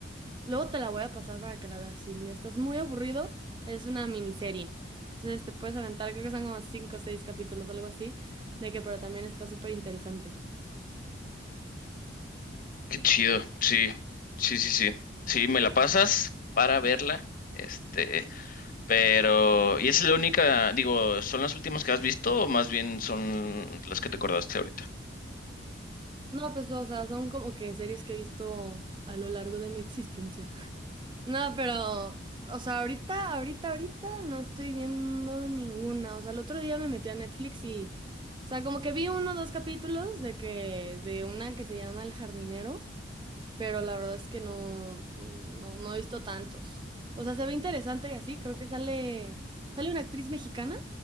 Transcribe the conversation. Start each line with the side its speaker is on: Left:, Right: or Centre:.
Right: Luego te la voy a pasar para que la veas. Si un día estás muy aburrido, es una miniserie. Entonces te puedes aventar, creo que son como 5 o 6 capítulos, algo así, de que pero también está súper interesante.
Left: Qué chido, sí, sí, sí, sí. Sí, me la pasas para verla. Este, pero, ¿y es la única, digo, son las últimas que has visto o más bien son las que te acordaste ahorita?
Right: No, pues o sea, son como que series que he visto a lo largo de mi existencia. No, pero, o sea, ahorita, ahorita, ahorita no estoy viendo ninguna. O sea, el otro día me metí a Netflix y, o sea, como que vi uno o dos capítulos de que, de una que se llama El jardinero, pero la verdad es que no, no, no he visto tantos. O sea, se ve interesante y así, creo que sale, sale una actriz mexicana